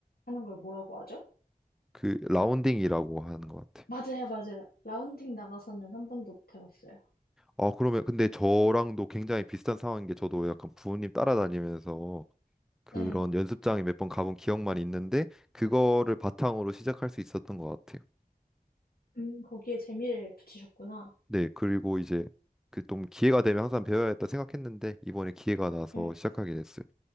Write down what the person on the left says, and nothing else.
하는 걸 뭐라고 하죠?
맞아요, 맞아요. 라운딩 나가서는 한 번도 못 해봤어요.
응,
음, 거기에 재미를 붙이셨구나.
응,